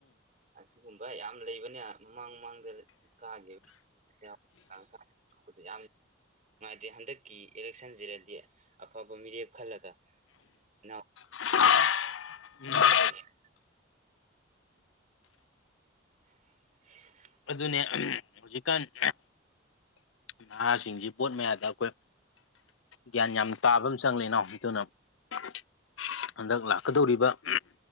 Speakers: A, on the right; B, on the left.
A: ꯑꯁꯤꯒꯨꯝꯕ ꯌꯥꯝ ꯂꯩꯕꯅꯦ ꯃꯃꯥꯡ ꯃꯃꯥꯡꯗ ꯀꯥꯈꯤꯕ <unintelligible> <unintelligible> ꯌꯥꯝ ꯅꯨꯡꯉꯥꯏꯇ꯭ꯔꯦ ꯍꯟꯗꯛꯀꯤ ꯏꯂꯦꯛꯁꯟꯁꯤꯗꯗꯤ ꯑꯐꯕ ꯃꯤꯔꯦꯞ ꯈꯜꯂꯒ ꯏꯅꯥꯎ
B: <unintelligible> ꯎꯝ
A: ꯑ <unintelligible> <unintelligible>
B: ꯑꯗꯨꯅꯦ <unintelligible> ꯍꯧꯖꯤꯛꯀꯥꯟ ꯅꯍꯥꯁꯤꯡꯁꯤ ꯚꯣꯠ ꯃꯌꯥꯗ ꯑꯩꯈꯣꯏ ꯒ꯭ꯌꯥꯟ ꯌꯥꯝ ꯇꯥꯕ ꯑꯃ ꯆꯪꯂꯦ ꯏꯅꯥꯎ ꯑꯗꯨꯅ <unintelligible> ꯍꯟꯗꯛ ꯂꯥꯛꯀꯗꯧꯔꯤꯕ <unintelligible>